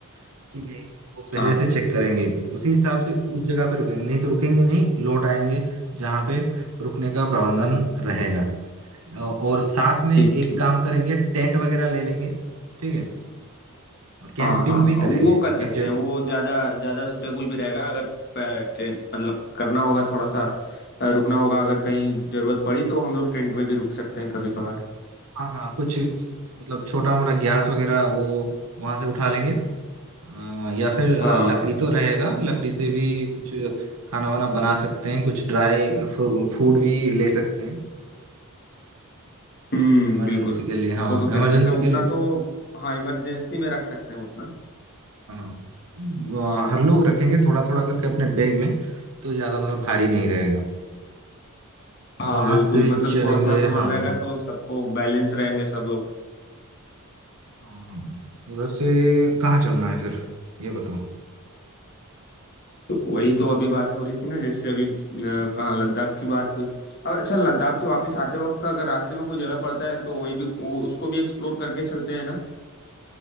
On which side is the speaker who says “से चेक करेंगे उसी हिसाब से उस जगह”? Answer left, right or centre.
Right